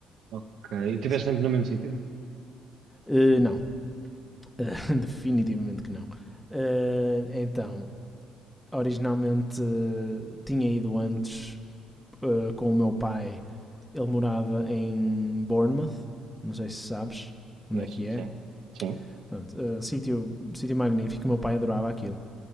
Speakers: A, on the right (about 70°); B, in the centre.
A: ok. E
B: Por
A: estiveste
B: isso.
A: sempre no mesmo sítio?
B: Eh, não, <laughs> Eh, definitivamente que não. Eh, então, originalmente eh, tinha ido antes eh, com o meu pai. Ele morava em Bournemouth, não sei se sabes
A: Conheço,
B: onde é que
A: sim,
B: é.
A: sim,
B: Pronto, eh, sítio, sítio magnífico, meu pai adorava aquilo.